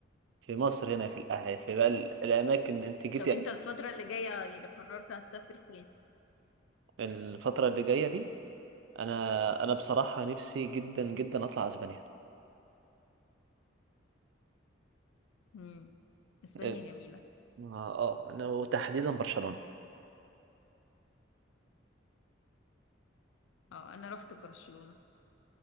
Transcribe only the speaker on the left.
طب
انت الفتره اللي جايه يعني قررت هتسافر فين
امم اسبانيا
جميله
اه انا رحت برشلونه